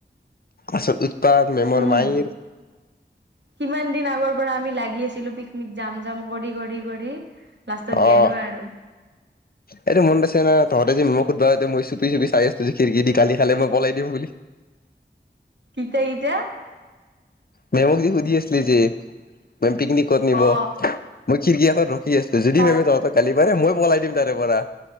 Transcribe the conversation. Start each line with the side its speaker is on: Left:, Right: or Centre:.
Left: আচল উৎপাদত মেমৰ
Right: উম
Left: মায়েক
Right: কিমান দিন আগৰ পৰা আমি লাগি আছিলো পিকনিক যাম যাম কৰি কৰি কৰি, লাষ্টত
Left: অঁ
Right: গেলো আৰু
Left: এইটো মন পাইছে ন তহঁত ততে মোক সোধুতে মই জুমি জুমি চাই আছো যে খিৰিকী দী গালিখালে মই পলাই দিম বুলি
Right: এতিয়া
Left: মেমক যি সুধি আছিলে যে পিকনিকত ক'ত নিব
Right: অ
Left: মই খিৰিকী এটাত ৰখি আছো যদি
Right: তাৰ
Left: মেমে তহতঁক গালি পাৰে মই পলাই তাৰে পৰা